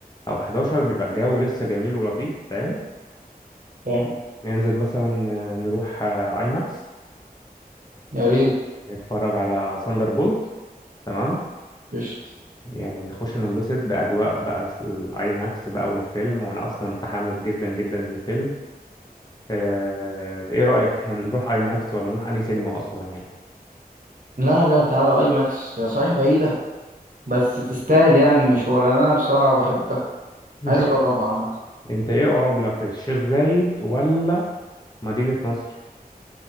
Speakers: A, on the left (about 25°); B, on the right (about 55°).
A: او 11 بيبقى الجو لسه جميل ولطيف فاهم
B: فاهم
A: ننزل مثلا آه، نروح اي ماكس
B: يا ريت
A: نتفرج على ساندر بولت تمام
B: قشطة.
A: يعني نخش ننبسط بأجواء بقى الاي ماكس بقى والفيلم وانا اصلا متحمس جدا جدا للفيلم آه، ايه رأيك احنا نروح اي ماكس ولا نروح انهي سينما اصلا يعني
B: لا لا تعالى اي ماكس هي صحيح بعيده بس تستاهل يعني المشوار انا بصراحه بحبها
A: انت
B: عايز
A: إيه،
B: اجربها عامه
A: انت ايه اقرب لك الشيخ زايد ولا مدينة نصر